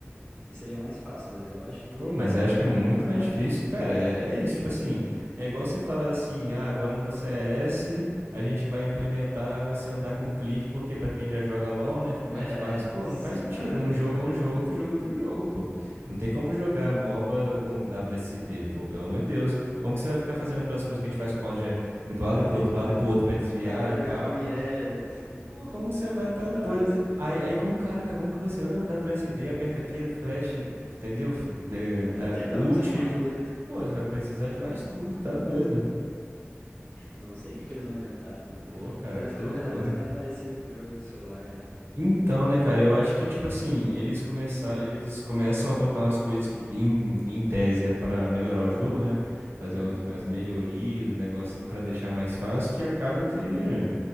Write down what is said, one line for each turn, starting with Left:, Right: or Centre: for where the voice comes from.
Left: e seria mais fácil, mas eu acho que.
Right: Pô, mas eu acho que
Left: Vai,
Right: é muito
Left: ia cagar
Right: mais difícil,
Left: o jogo.
Right: cara. É, é isso, tipo
Left: É.
Right: assim, é igual você falar assim, ah, agora no CS a gente vai implementar você andar com clique, porque pra quem já joga LoL, né, fica mais
Left: É,
Right: fácil. Pô,
Left: sim,
Right: não faz sentido.
Left: nada a
Right: Um
Left: ver,
Right: jogo
Left: nada
Right: é um
Left: a ver,
Right: jogo,
Left: né?
Right: outro jogo é outro jogo, pô. Não tem como jogar MOBA com WSD, pô, pelo amor de Deus. Como que você vai ficar fazendo aquelas coisas que a gente faz com o mouse de indo pro lado
Left: Não
Right: e pro
Left: tem
Right: outro,
Left: como.
Right: pro lado e pro outro pra desviar
Left: Como é que eu vou
Right: e
Left: jogar
Right: pau?
Left: com a Mirelia <laughs>
Right: Pô, como você vai tá
Left: no, no
Right: doido?
Left: WSD?
Right: Aí, aí como, caraca, como que você anda no WSD, aperta aqui, flash, entendeu? F- de-
Left: Muita
Right: Da
Left: tecla,
Right: ult.
Left: vai precisar de mais dedo.
Right: Pô, você vai precisar de mais tudo, tá doido?
Left: Não sei o que que eles vão inventar. eles vão-
Right: Pô, cara,
Left: Tá
Right: que
Left: ficando
Right: loucura.
Left: cada vez mais parecido com o jogo de celular, né? O,
Right: Então,
Left: o
Right: né, cara, eu
Left: Riot
Right: acho que,
Left: Rift.
Right: tipo assim, eles começar, eles começam a botar umas coisas que em, em tese é pra melhorar o jogo, né? Fazer
Left: Uhum,
Right: umas, umas melhorias, negócio assim pra deixar mais fácil, que acaba que